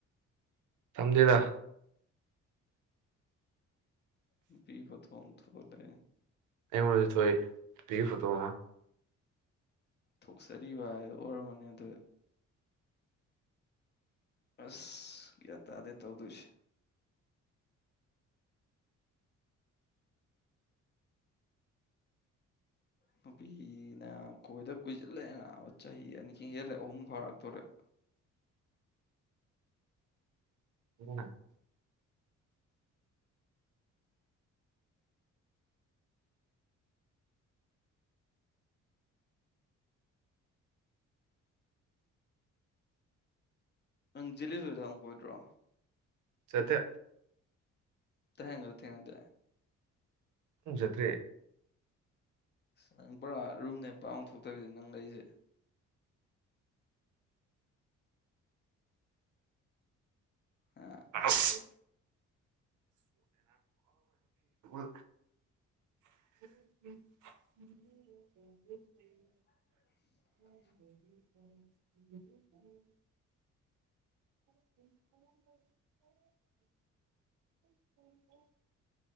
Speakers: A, on the right; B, on the left.
A: ꯊꯝꯗꯦꯗ
B: ꯅꯨꯄꯤ ꯐꯣꯇꯣ ꯑꯝ ꯊꯣꯛ ꯂꯩꯔꯦꯅꯦ
A: ꯑꯩꯉꯣꯟꯗꯁꯨ ꯊꯣꯛꯑꯦ ꯅꯨꯄꯤ ꯐꯣꯇꯣ ꯑꯃ
B: ꯊꯣꯛꯆꯔꯤꯕ ꯍꯥꯏꯗꯣ ꯑꯣꯏꯔꯝꯃꯅꯤ ꯑꯗꯨꯗꯤ ꯑꯁ ꯒ꯭ꯌꯥꯟ ꯇꯥꯗꯦ ꯇꯧꯗꯣꯢꯁꯦ ꯅꯨꯄꯤꯅ ꯀꯣꯏꯗ ꯀꯨꯏꯁꯜꯂꯛꯑꯦ ꯅꯕ ꯆꯍꯤ ꯑꯅꯤ ꯍꯦꯜꯂꯦ ꯑꯍꯨꯝ ꯐꯥꯔꯛꯇꯣꯔꯦ <inaudible>
A: <unintelligible>
B: ꯅꯪ ꯖꯦꯜꯂꯤꯗꯨꯗ ꯑꯝ ꯀꯣꯏꯗ꯭ꯔꯣ
A: ꯆꯠꯇꯦ
B: ꯊꯦꯡꯉꯁꯨ ꯊꯦꯡꯉꯗꯦ
A: ꯖꯗ꯭ꯔꯦ
B: ꯑꯁ ꯅꯪ ꯄꯨꯔꯥ ꯔꯨꯝꯗꯩ ꯃꯄꯥꯟ ꯑꯝ ꯊꯣꯛꯇꯕꯤ ꯅꯪ ꯂꯩꯔꯤꯁꯦ ꯑ
A: ꯑꯁ <unintelligible> <unintelligible>
B: <inaudible>
A: <inaudible> <inaudible> <unintelligible>